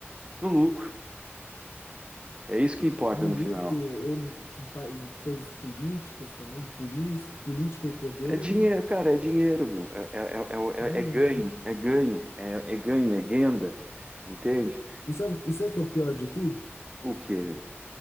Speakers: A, on the right; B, on the left.
A: no lucro. É isso que importa
B: no
A: no
B: lucro
A: final.
B: ou em, pa- em coisas políticas também, de polícia, política e poder,
A: É dinheiro,
B: né?
A: cara, é dinheiro, meu. É, é- é-
B: Dinheiro,
A: é é- é ganho,
B: né?
A: é ganho, é, é ganho, é renda. Entende?
B: E sabe, e sabe o que é o pior de tudo?
A: O quê?